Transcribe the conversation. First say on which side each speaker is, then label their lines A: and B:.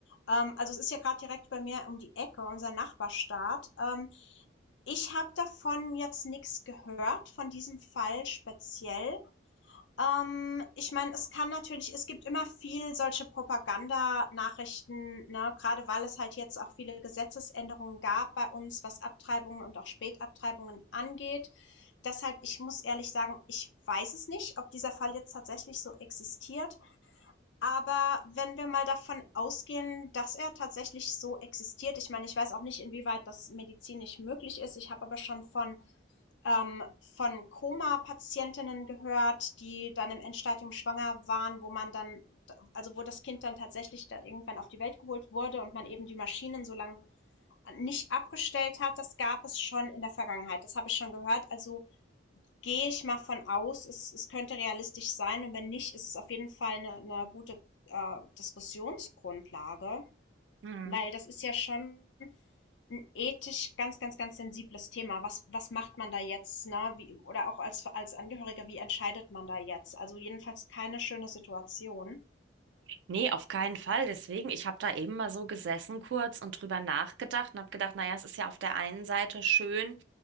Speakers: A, on the left (about 70°); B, on the right (about 70°).
A: ähm, also es ist ja gerade direkt bei mir um die Ecke, unser Nachbarstaat. Ähm, ich habe davon jetzt nichts gehört, von diesem Fall speziell. Ähm, ich meine, es kann natürlich, es gibt immer viel solche Propagandanachrichten, ne, gerade weil es halt jetzt auch viele Gesetzesänderungen gab bei uns, was Abtreibungen und auch Spätabtreibungen angeht. Deshalb, ich muss ehrlich sagen, ich weiß es nicht, ob dieser Fall jetzt tatsächlich so existiert. Aber wenn wir mal davon ausgehen, dass er tatsächlich so existiert, ich meine, ich weiß auch nicht, inwieweit das medizinisch möglich ist. Ich habe aber schon von ähm, von Koma-Patientinnen gehört, die dann im Endstadium schwanger waren, wo man dann, also wo das Kind dann tatsächlich dann irgendwann auf die Welt geholt wurde und man eben die Maschinen so lange nicht abgestellt hat. Das gab es schon in der Vergangenheit. Das habe ich schon gehört. Also gehe ich mal von aus, es, es könnte realistisch sein. Und wenn nicht, ist es auf jeden Fall eine, eine gute äh, Diskussionsgrundlage,
B: Mhm.
A: weil das ist ja schon ein ethisch ganz, ganz, ganz sensibles Thema. Was was macht man da jetzt, ne? Wie oder auch als als Angehöriger, wie entscheidet man da jetzt? Also, jedenfalls keine schöne Situation.
B: Nee, auf keinen Fall. Deswegen, ich habe da eben mal so gesessen kurz und drüber nachgedacht und habe gedacht, naja, es ist ja auf der einen Seite schön,